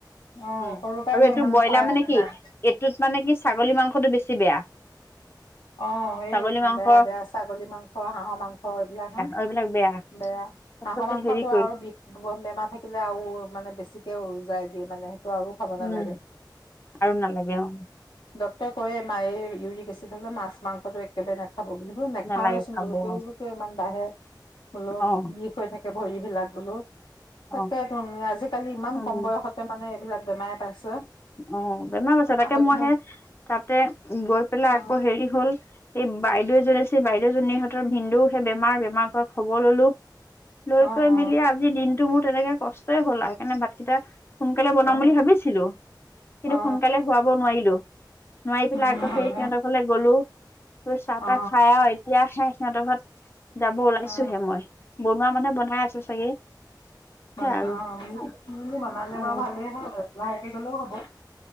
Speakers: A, on the left; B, on the left.
A: অ',
B: উম',
A: সৰুৰ পৰাই
B: আৰু
A: মোৰ
B: এইটো
A: ইমান
B: ব্ৰইলাৰ
A: খোৱাৰ
B: মানে
A: ৰাপ
B: কি কি,
A: নাই।
B: এইটোত মানে কি ছাগলী মাংসটো বেছি বেয়া।
A: অ',
B: ছাগলী
A: এ
B: মাংস
A: বেয়া বেয়া ছাগলী মাংস, হাঁহৰ মাংস এইবিলাক হন
B: এই বিলাক বেয়া।
A: বেয়া,
B: তাৰপাছতে
A: হাঁহৰ মাংসটো
B: হেৰি কৰি
A: আৰু বিষ বেমাৰ থাকিলে আও মানে বেছিকে ওজাই দিয়ে মানে সেইটো আও খাব
B: উম
A: নালাগে।
B: আৰু নালাগে অ
A: ডক্টৰে কয়ে মাইৰে ইউৰিক এচিড আছে মাছ- মাংসটো একেবাৰে নে খাব বুলি মই নেখাওঁৱে
B: নালাগে
A: চোন
B: খাব
A: বোলো
B: অ
A: তেওঁনো কিয় ইমান বাঢ়ে। বোলো
B: অ
A: বিষ হৈ থাকে ভৰিবিলাক বোলো।
B: অ
A: তাকে তোন আজিকালি ইমান
B: উম
A: কম বয়সত এতিয়া মানে এই বিলাক বেমাৰে পাইছে।
B: অঁ, বেমাৰ পাইছে তাকে
A: আগৰ
B: মই
A: দিনত
B: হে, তাতে গৈ পেলাই
A: অ
B: আকৌ হেৰি হ'ল। সেই বাইদেউ এজনী আছে বাইদেউ জনীহঁতৰ ভিনদেউও সে বেমাৰ বেমাৰ বুলি খবৰ ল'লো- লৈ
A: অ
B: কৈ
A: অ
B: মেলি আজি দিনটো মোৰ তেনেকে কষ্টই হ'ল আও সেইকাৰণে ভাতকেইটা সোনকালে বনাম
A: অ
B: বুলি ভাবিছিলো। কিন্তু
A: অ
B: সোনকালে খুৱাব নোৱাৰিলোঁ। নোৱাৰি পেলাই
A: উম
B: আকৌ
A: হয়
B: সেই সিহঁতৰ ঘৰলে গলো ত চাহ -তাহ
A: অ
B: খাই আও এতিয়া হে সিহঁতৰ ঘৰত, যাব ওলাইছোহে
A: অ
B: মই, বনোৱা মানুহে বনাই আছে চাগে।
A: ব
B: সেয়া
A: অঁ
B: আৰু
A: মোৰ বনালে
B: উম
A: বাৰু ভালেই হ'ল। লাহেকে গ'লও হ'ব।